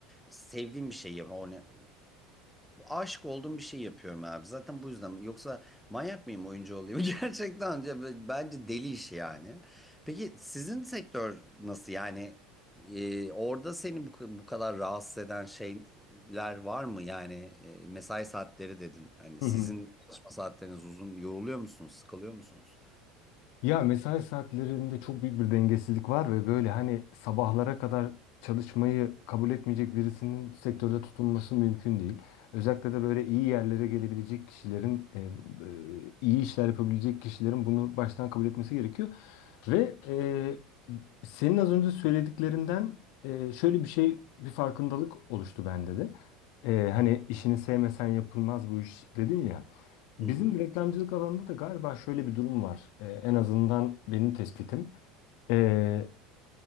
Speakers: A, in the centre; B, on the left (about 65°).
A: sevdiğim bir şey yapıyorum. Aşık olduğum bir şey yapıyorum abi. Zaten bu yüzden. Yoksa manyak mıyım oyuncu olayım? <laughs> Gerçekten ya bence deli iş yani. Peki sizin sektör nasıl? Yani e, orada seni bu, bu kadar rahatsız eden şeyler var mı? Yani e, mesai saatleri dedin. Hani
B: Hı
A: sizin
B: hı.
A: çalışma saatleriniz uzun. Yoruluyor musunuz? Sıkılıyor musunuz?
B: Ya mesai saatlerinde çok büyük bir dengesizlik var ve böyle hani sabahlara kadar çalışmayı kabul etmeyecek birisinin sektörde tutunması mümkün değil. Özellikle de böyle iyi yerlere gelebilecek kişilerin, e, e, iyi işler yapabilecek kişilerin bunu baştan kabul etmesi gerekiyor. Ve e, senin az önce söylediklerinden e, şöyle bir şey, bir farkındalık oluştu bende de. E, hani işini sevmesen yapılmaz bu iş dedin ya. Bizim
A: Hı hı.
B: reklamcılık alanında da galiba şöyle bir durum var. Ee, en azından benim tespitim. Ee,